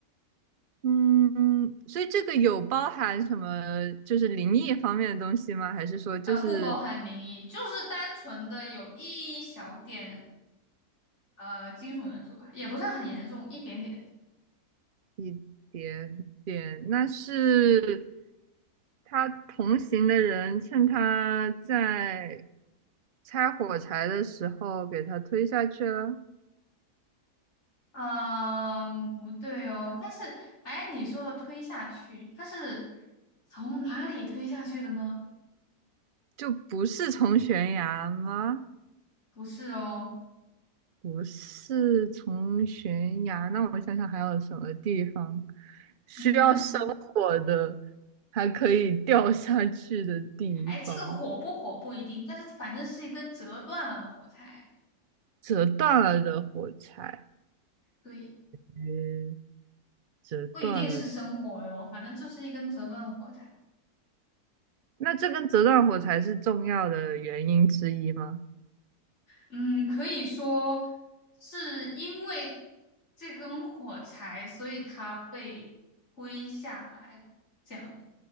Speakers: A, on the right; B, on the left.
A: 嗯，嗯所以这个有包含什么就是灵异方面的东西吗？还是说就是
B: 嗯，不包含灵异，就是单纯的有一小点。呃，金属元素吧，也不算很严重，一点点。
A: 一点点，那是他同行的人趁他在拆火柴的时候给他推下去了，
B: 嗯，不对哦。但是，哎，你说的推下去，它是从哪里推下去的呢？
A: 就不是从悬崖吗？
B: 不是哦。
A: 不是从悬崖，那我想想还有什么地方需要生火的，
B: 嗯，
A: 还可以掉下去的地方，
B: 哎，这个火不火不一定，但是反正是一根折断了的火柴。
A: 折断了的火柴，
B: 对，
A: 诶，折断了。
B: 不一定是生火哟，反正就是一根折断的火柴。
A: 那这根折断火柴是重要的原因之一吗？
B: 嗯，可以说是因为这根火柴，所以它被推下来了，这样。